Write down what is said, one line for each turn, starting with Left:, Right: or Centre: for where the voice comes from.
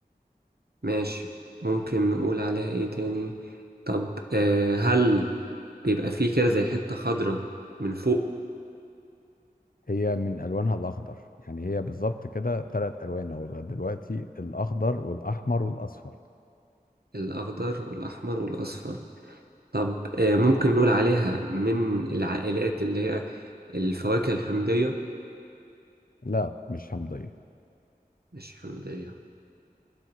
Right: ماشي ممكن نقول عليها ايه تاني طب آه هل بيبقى فيه كده زي حتة خضراء من فوق
Left: هي من الوانها الاخضر يعني هي بالظبط كده ثلاث الوان او لغايه دلوقتي الاخضر والاحمر والاصفر
Right: الأخضر والأحمر والأصفر طب آه ممكن نقول عليها من العائلات اللي هي الفواكه الحمضية
Left: لا مش همضيه
Right: مش حمضية